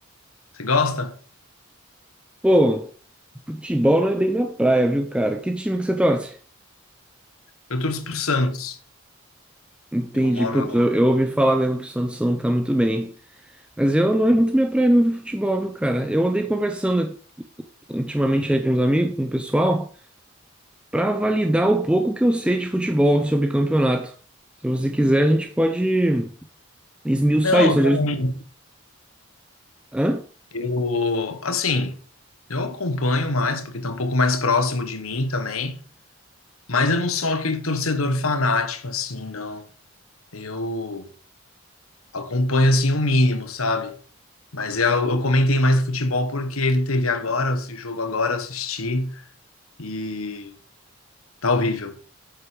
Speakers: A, on the left (about 80°); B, in the centre.
A: Você gosta?
B: Pô, futebol não é bem minha praia, viu, cara? Que time que você torce?
A: Eu torço pro Santos.
B: Entendi.
A: Eu moro.
B: Putz, eu, eu ouvi falar mesmo que o Santos não tá muito bem. Mas eu não é muito minha praia, não, viu, futebol, viu, cara? Eu andei conversando ultimamente aí com os amigos, com o pessoal, pra validar o pouco que eu sei de futebol sobre campeonato. Se você quiser, a gente pode esmiuçar
A: Não,
B: isso.
A: eu
B: Às
A: também.
B: vezes- Hã?
A: Eu, assim, eu acompanho mais, porque tá um pouco mais próximo de mim também, mas eu não sou aquele torcedor fanático, assim, não. Eu acompanho assim o mínimo, sabe? Mas eu, eu comentei mais do futebol porque ele teve agora, esse jogo agora, eu assisti e tá horrível.